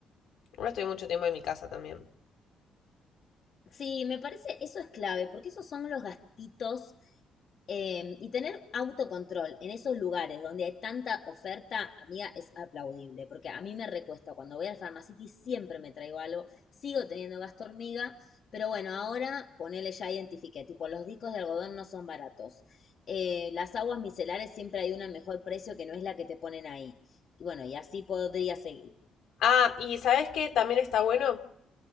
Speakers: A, on the left (about 75°); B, on the left (about 55°).
A: Ahora estoy mucho tiempo en mi casa también.
B: Sí, me parece, eso es clave, porque esos son los gastitos em, y tener autocontrol en esos lugares donde hay tanta oferta, amiga, es aplaudible, porque a mí me recuesta. Cuando voy al Pharmacity siempre me traigo algo, sigo teniendo gasto hormiga, pero bueno, ahora ponele ya identifiqué, tipo los discos de algodón no son baratos. Eh, las aguas micelares siempre hay una mejor precio que no es la que te ponen ahí. Y bueno, y así podría seguir.
A: Ah, y ¿sabes qué también está bueno?